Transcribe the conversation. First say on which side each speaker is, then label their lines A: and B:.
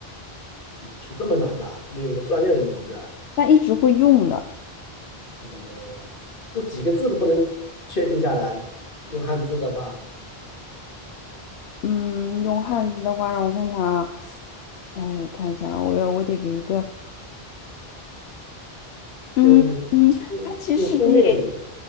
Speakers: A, on the left; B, on the left.
A: 嗯出这么难的啊？没有一个专业的名字啊？
B: 但一直会用的。
A: 呃，都几个字都不能确定下来。用汉字的话，
B: 嗯，用汉字的话，让我看看啊，看看一下啊，我要我得给一个，嗯嗯，
A: 用书用书面语，
B: 它其实也